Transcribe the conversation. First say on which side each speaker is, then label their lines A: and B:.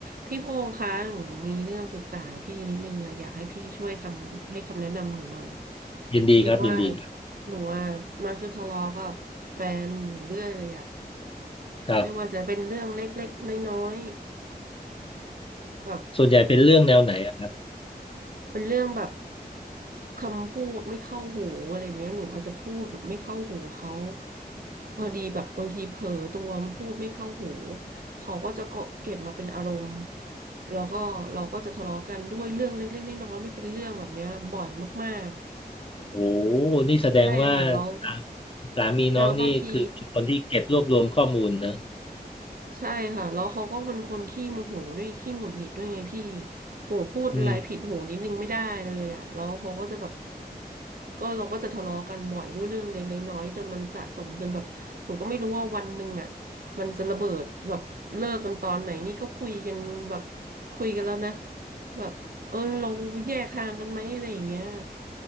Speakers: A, on the right; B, on the left.
A: พี่พงษ์คะหนูมีเรื่องปรึกษาพี่นิดนึงอะอยากให้พี่ช่วยคำให้คำแนะนำหนูหน่อย
B: ยินดีครับยินดีครับ
A: พอดีว่าหนูอะมักจะทะเลาะกับแฟนอยู่เรื่อยเลยอะ
B: ครับ
A: ไม่ว่าจะเป็นเรื่องเล็กๆน้อยๆแบบ
B: ส่วนใหญ่เป็นเรื่องแนวไหนอะครับ
A: เป็นเรื่องแบบคำพูดไม่เข้าหูอะไรแบบเนี้ยหนูอาจจะพูดแบบไม่เข้าหูเขาพอดีแบบบางทีเผลอตัวพูดไม่เข้าหูเขาก็จะเก็บมาเป็นอารมณ์แล้วก็เราก็จะทะเลาะกันด้วยเรื่องเล็กๆน้อยๆไม่เป็นเรื่องแบบเนี้ยบ่อยมาก
B: โอ้นี่แสดงว่าสา
A: ๆใช่ค่ะแล้ว
B: สามีน้องนี่คือเป็นคนที่เก็บรวบรวมข้อมูลนะ
A: แล้วบางทีใช่ค่ะแล้วเขาก็เป็นคนขี้โมโหด้วยขี้หงุดหงิดด้วยไงพี่ผมพูดอะไรผิดหูนิดนึงไม่ได้เลยอ่ะแล้วเขาก็จะแบบ
B: อืม
A: ก็เราก็จะทะเลาะกันบ่อยด้วยเรื่องเล็กๆน้อยๆจนมันสะสมจนแบบหนูก็ไม่รู้ว่าวันหนึ่งอ่ะมันจะระเบิดแบบเลิกกันตอนไหนนี่ก็คุยกันแบบคุยกันแล้วนะแบบเออเราแยกทางกันไหมอะไรอย่างเงี้ย